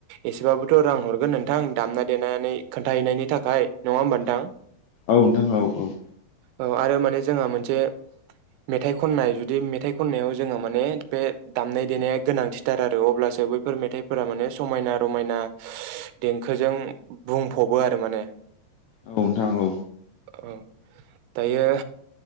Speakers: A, on the right; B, on the left.
A: एसेबाबो थ' रां हरगोन नोंथां दामना देनानै खोन्थाहैनायनि थाखाय नङा होमबा नोंथां।
B: औ नोंथां औ औ
A: औ आरो माने जोंहा मोनसे मेथाइ खननाय जुदि मेथाइ खननायाव जोंहा माने बे दामनाय देनाया गोनांथिथार आरो अब्ला सो बैफोर मेथाइफोरा माने समायना रमायना देंखोजों बुंफबो आरो माने
B: औ नोंथां औ
A: औ दायो